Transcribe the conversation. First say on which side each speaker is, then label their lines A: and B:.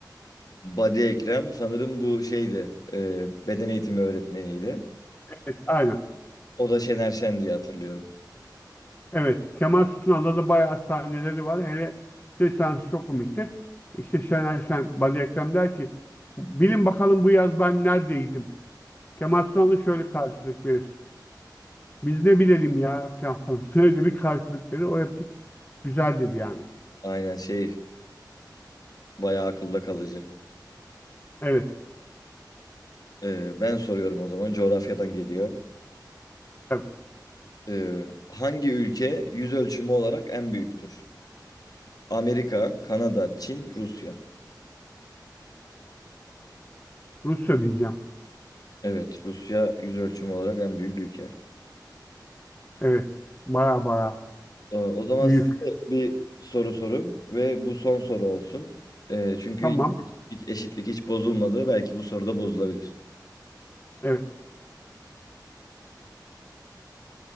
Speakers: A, on the left (about 55°); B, on the left (about 25°).
A: Badi Ekrem sanırım bu şeydi e, beden eğitimi öğretmeniydi.
B: Evet, aynen.
A: O da Şener Şen diye hatırlıyorum.
B: Evet, Kemal Sunal'da da bayağı sahneleri var. Hele şey sahnesi çok komiktir. İşte Şener Şen, Badi Ekrem der ki, bilin bakalım bu yaz ben neredeydim? Kemal Sunal'ı şöyle karşılık verir. Biz ne bilelim ya falan falan. <laughs> Öyle bir karşılık verir. O replik güzeldir yani.
A: Aynen şey bayağı akılda kalıcı.
B: Evet.
A: Ee, ben soruyorum o zaman coğrafyadan geliyor.
B: Evet.
A: Ee, hangi ülke yüz ölçümü olarak en büyüktür? Amerika, Kanada, Çin, Rusya.
B: Rusya diyeceğim.
A: Evet, Rusya yüz ölçümü olarak en büyük ülke.
B: Evet. Baya baya
A: Ee, O zaman
B: büyük.
A: siz de bir soru sorun ve bu son soru olsun. Ee, çünkü
B: Tamam.
A: eşitlik, eşitlik hiç bozulmadı. Belki bu soruda bozulabilir.
B: Evet.